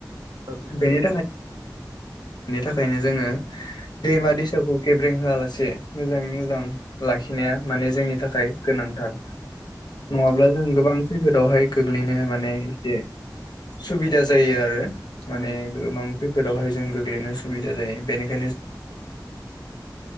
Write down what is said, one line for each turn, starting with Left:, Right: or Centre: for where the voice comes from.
Right: औ
Left: ओ
Right: नंगौ
Left: बेनि
Right: नंगौ
Left: थाखायनो जोङो दैमा दैसाखौ गेबें होआलासे ए मोजाङै मोजां लाखि नाया माने जोंनि थाखाय गोनांथार। नङाब्ला
Right: औ
Left: जों गोबां खैफोदावहाय गोग्लैनो माने एसे सुबिदा जायो आरो माने
Right: औ
Left: गोबां <inaudible> ओ बेफोरबायदि